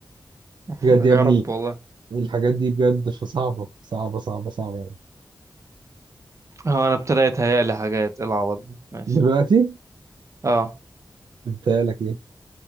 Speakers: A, on the right; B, on the right.
A: <laughs>
B: بجد يا
A: يا
B: ابني
A: رب والله
B: الحاجات دي بجد صعبة صعبة صعبة صعبة يعني
A: اه انا ابتديت هيئ لي حاجات إيه العوض ده ماشي
B: دلوقتي
A: اه
B: أنت لك إيه؟